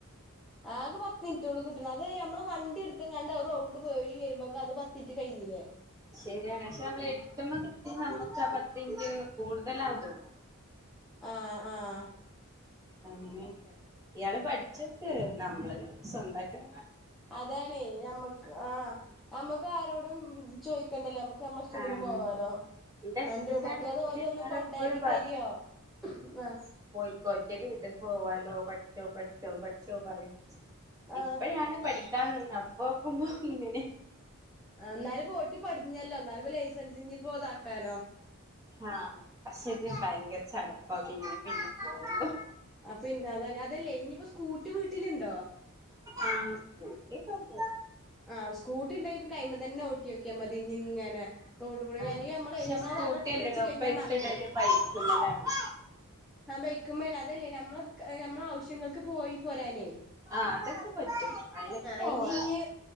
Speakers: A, in the centre; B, on the right.
A: ആകെ പത്ത് മിനിറ്റോളൂ കിട്ടണം അത് നമ്മള് വണ്ടി എടുത്തും കണ്ട് റൗണ്ട് പോയി വരുമ്പോക്കെ അത് പത്തിനിറ്റ് കഴിഞ്ഞില്ലേ
B: ശരിയാണ് പക്ഷെ നമ്മൾ എട്ട് നമുക്ക് അപ്പത്തക്ക് കൂടുതലാ തോന്നും
A: ആ ആ
B: അ ഇയാള് പഠിച്ചോക്ക് നമ്മള് സ്വന്തക്ക്
A: അതാണേ ഞമ്മക്ക് ആ നമ്മക്ക് ആരോടും ചോയ്ക്കണ്ടല്ലേ മ്മക്ക് നമ്മളെഷ്ടത്തിന്
B: ആഹ്
A: പോവാലോ
B: എന്റെ ഹസ്ബൻഡ്
A: ആണ്ടൂ മറ്റേത്
B: ആണെങ്കില്
A: ഓലൊന്ന്
B: എന്നോട്
A: കൊണ്ടാക്കിത്തരോ
B: എപ്പോഴും
A: ആ
B: പോയി ഒറ്റയ്ക്ക് വിട്ടത് ഓ അലോ പറ്റോ പറ്റോ പറ്റോ പറിയോ
A: ആ
B: ഇപ്പഴാണ് പഠിക്കാ നിന്നത് <unintelligible>
A: എന്നാലും പോട്ടി പടിഞ്ഞല്ലോ ന്നാലും പ്പം ലൈസൻസ്പ്പോ ഇതാക്കാലോ
B: ആ പക്ഷെ ഇത് ഭയങ്കര ചടപ്പ പിന്നെ പിന്നെ പോണം
A: ആ പിന്നെ അത അതല്ലേ ഇനിയിപ്പോ സ്കൂട്ടി വീട്ടിലുണ്ടോ
B: ആ സ്കൂട്ടിയൊക്കെണ്ട്
A: ആ സ്കൂട്ടിണ്ടായിനി ടൈമ് തന്നെ ഓട്ടിക്കിയാ മതി ഞ്ഞിങ്ങനെ റോട്ട് കൂടെ
B: ആഹ്
A: അല്ലെങ്കി
B: സ്കൂട്ടിയൊക്കെ ഉണ്ട് ആഹ്
A: ഞമ്മളെ
B: പക്ഷെ
A: നമ്മൾ
B: സ്കൂട്ടി
A: അവിടെ ഇട്ട്
B: അല്ലടോ
A: വെച്ച് കഴിഞ്ഞാൽ മറ
B: <unintelligible>
A: ആ ബൈക്കമ്മേണ് അതല്ലേ നമ്മള് നമ്മളെ ആവശ്യങ്ങൾക്ക് പോയി പോരാനേ
B: ആഹ് അതൊക്കെ പറ്റും അയിനൊക്കെ
A: ആ
B: പോവാറുണ്ട്
A: ഇനി ഇഞ്ഞ്